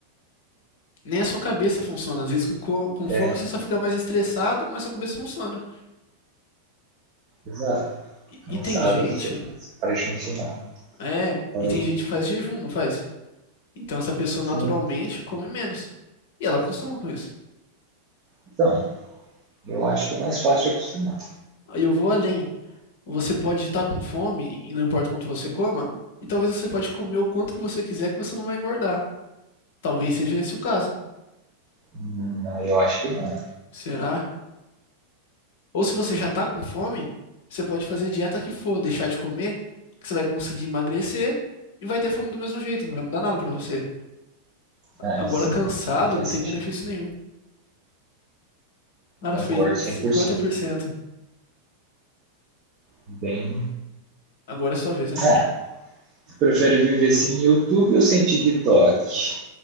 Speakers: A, on the left; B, on the right.
A: Nem a sua cabeça funciona. Às vezes com, co- com fome
B: É,
A: você só fica mais estressado, mas sua cabeça funciona.
B: exato.
A: E,
B: lançado,
A: e tem gente,
B: você para de funcionar.
A: é,
B: Fala
A: e tem
B: aí.
A: gente que faz jejum, não faz? Então essa pessoa
B: Sim.
A: naturalmente come menos. E ela acostuma com isso.
B: Então, eu acho que é mais fácil de acostumar.
A: Aí eu vou além. Você pode estar com fome, e não importa o quanto você coma, e talvez você pode comer o quanto que você quiser que você não vai engordar. Talvez seja esse o caso.
B: Hum, eu acho que não.
A: Será? Ou se você já tá com fome, você pode fazer a dieta que for, deixar de comer, que você vai conseguir emagrecer e vai ter fome do mesmo jeito, não vai mudar nada pra você.
B: Aí
A: Agora
B: sim,
A: cansado,
B: aí faz
A: não tem
B: sentido.
A: benefício nenhum. Cara,
B: Concordo
A: foi 50%.
B: cem por cento Bem.
A: Agora é sua vez, né?
B: Ah, prefere viver sem YouTube ou sem TikTok?